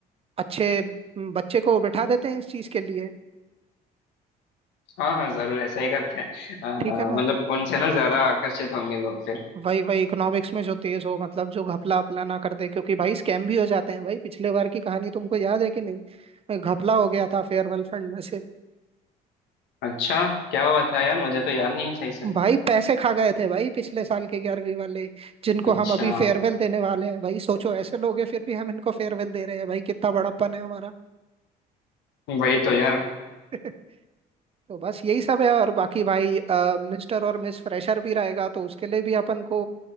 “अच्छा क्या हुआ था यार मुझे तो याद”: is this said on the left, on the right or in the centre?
Left